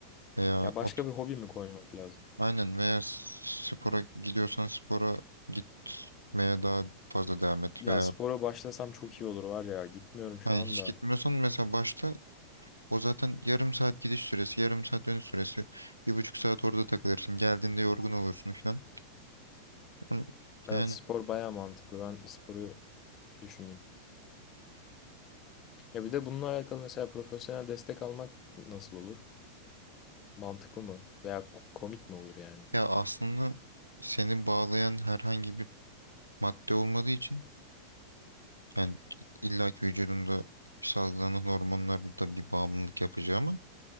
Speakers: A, on the right; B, on the left.
A: Veya
B: Ya başka
A: o,
B: bir hobi mi koymak lazım?
A: aynen veya spora gidiyorsan spora gitmeye daha fazla devam et.
B: Ya
A: Veya
B: spora başlasam çok iyi olur var ya. Gitmiyorum şu
A: yani
B: anda.
A: hiç gitmiyorsan mesela başta O zaten yarım saat gidiş süresi, yarım saat dönüş süresi. Bir buçuk saat orada takılırsın. Geldiğinde yorgun olursun falan. Ama
B: Evet
A: Yani
B: spor baya mantıklı. Ben sporu düşüneyim. Ya bir de bununla alakalı mesela profesyonel destek almak nasıl olur? Mantıklı mı? Veya ko- komik mi olur yani?
A: ya aslında seni bağlayan herhangi bir madde olmadığı için yani illaki vücudunda salgılanan hormonlar da bir bağımlılık yapıcı ama